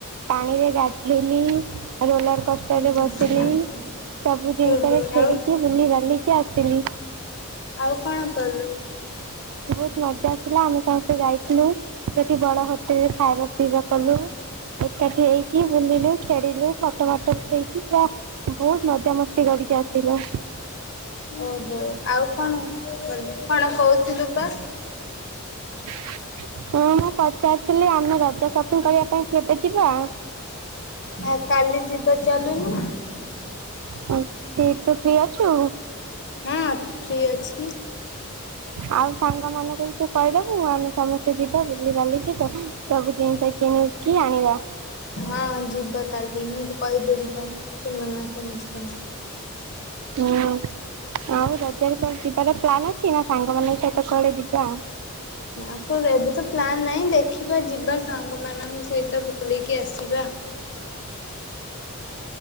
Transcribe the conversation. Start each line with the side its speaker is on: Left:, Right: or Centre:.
Right: ପାଣିରେ ଗାଧେଇଲି ରୋଲର କୋଷ୍ଟରେ
Left: ହୁଁ
Right: ବସିଲି। ସବୁ ଜିନିଷରେ
Left: ଓହୋ
Right: ଖେଳିକି
Left: ଆଉ
Right: ବୁଲି ବାଲିକି ଆସିଲି।
Left: ଆଉ କଣ କଲୁ?
Right: ବୋହୁତ ମଜା ଆସିଲା। ଆମେ ସମସ୍ତେ ଯାଇଥିଲୁ ସେଠି ବଡ ହୋଟେଲରେ ଖାଇବା ପିଇବା କଲୁ। ଏକାଠି ହେଇକି ବୁଲିଲୁ ଖେଳିଲୁ ଫଟ ମଟ ଉଠେଇକି ପୁରା ବୋହୁତ ମଜାମସ୍ତି କରିକି ଆସିଲ?
Left: ଓହୋ ଆଉ କଣ କଲୁ କଣ କହୁଥିଲୁପା?
Right: <inaudible> ହଁ ମୁଁ ପଚାରିଥିଲି ଆମେ ରଜ ସପିଂଗ୍ କରିବା ପାଇଁ କେବେ ଯିବା?
Left: ଆ କାଲି ଯିବା ଚାଲୁନୁ।
Right: ଉଁ ତୁ ଫ୍ରି ଅଛୁ?
Left: ହୁଁ ଫ୍ରି ଅଛି।
Right: ଆଉ ସାଙ୍ଗ ମାନଙ୍କୁବି ତୁକହିଦବୁ ଆମେ ସମସ୍ତେ ଯିବା ବୁଲି ବାଲିକି ତ ସବୁ ଜିନିଷ କିଣିକି ଆଣିବା।
Left: ହଁ ଯିବା କାଲି ମୁଁତ କହିଦେବି କଣ ସେମାନେ ସମସ୍ତଙ୍କୁ।
Right: ହୁଁ ଆଉ ରଜରେ କୁଆଡ଼େ ଯିବାର ପ୍ଲାନ୍ ଅ ଛି ନାକଣ ସାଙ୍ଗମାନଙ୍କ ସହିତ କୁଆଡ଼େ ଯିବ?
Left: ନାପ ଏବେତ ପ୍ଲାନ୍ ନାହିଁ ଦେଖିବା ଯିବା ସାଙ୍ଗମାନଙ୍କ ସହିତ ବୁଲିକି ଆସିବା।
Right: <inaudible>